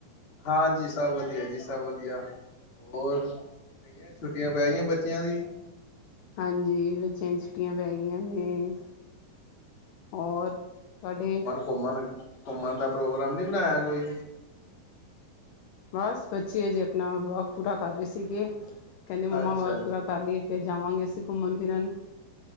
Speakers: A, on the left; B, on the left.
A: ਹਾਂਜੀ ਸਭ ਵਧੀਆ ਜੀ ਸਭ ਵਧੀਆ ਹੋਰ ਛੁੱਟੀਆਂ ਪੈ ਗਈਆਂ ਬੱਚਿਆਂ ਦੀ
B: ਹਾਂਜੀ ਬੱਚਿਆਂ ਦੀ ਛੁੱਟੀਆਂ ਪੈ ਗਈਆਂ ਨੇ ਹੋਰ ਤੁਹਾਡੇ
A: ਘੁੰਮਣ-ਘੁੰਮਣ ਦਾ ਪ੍ਰੋਗਰਾਮ ਨੀ ਬਣਾਇਆ ਕੋਈ
B: ਬਸ ਬੱਚੇ ਹਜੇ ਆਪਣਾ ਵਰਕ ਪੂਰਾ ਕਰ ਰਹੇ ਸੀਗੇ, ਕਹਿਦੇ ਮੰਮਾ
A: ਅੱਛਾ
B: ਵਰਕ
A: ਅੱਛਾ,
B: ਪੂਰਾ ਕਰ ਲਈਏ ਫਿਰ ਜਾਵਾਂਗੇ, ਅਸੀ ਘੁੰਮਣ ਫਿਰਨ